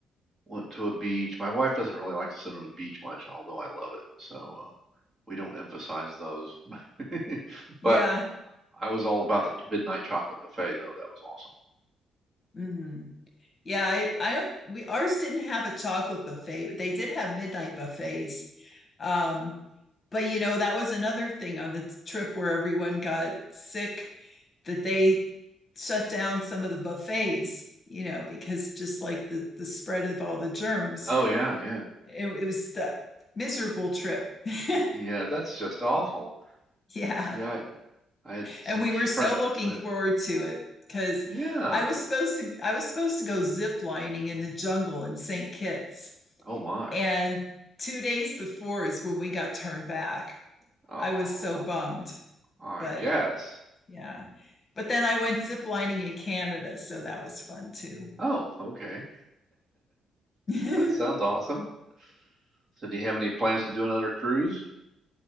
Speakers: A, on the right; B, on the left.
A: went to a beach. My wife doesn't really like to sit on a beach much, although I love it. So uh, we don't emphasize those. <laughs>
B: Yeah.
A: But I was all about the midnight chocolate buffet, though. That was awesome.
B: hmm Yeah, I I don't we ours didn't have a chocolate buffet, but they did have midnight buffets. Um, but you know, that was another thing on the trip where everyone got sick that they shut down some of the buffets, you know, because just like the the spread of all the germs,
A: Oh yeah, yeah,
B: it, it was the miserable trip. <laughs>
A: yeah. That's just awful.
B: yeah,
A: Yeah, I, I had some
B: and we were so
A: friend.
B: looking
A: Go ahead.
B: forward to it because
A: Yeah.
B: I was supposed to I was supposed to go zip lining in the jungle in St. Kitts,
A: Oh my.
B: and two days before is when we got turned back.
A: Oh,
B: I was so bummed,
A: I
B: but
A: guess.
B: yeah. But then I went zip lining in Canada, so that was fun too.
A: Oh, okay.
B: Yeah.
A: That sounds
B: <laughs>
A: awesome. So, do you have any plans to do another cruise?